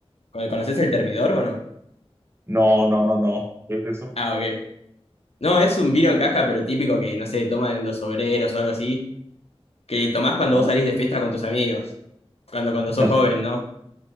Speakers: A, on the left (about 70°); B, on the right (about 25°).
A: ¿Con- ¿Conoces el Termidor o no?
B: No, no, no, no. ¿Qué es eso?
A: Ah, ok. No, es un vino en caja, pero típico que, no sé, toman los obreros o algo así, que tomás cuando
B: Ajá.
A: vos salís de fiesta con tus amigos, cuando, cuando
B: <laughs>
A: sos joven, ¿no?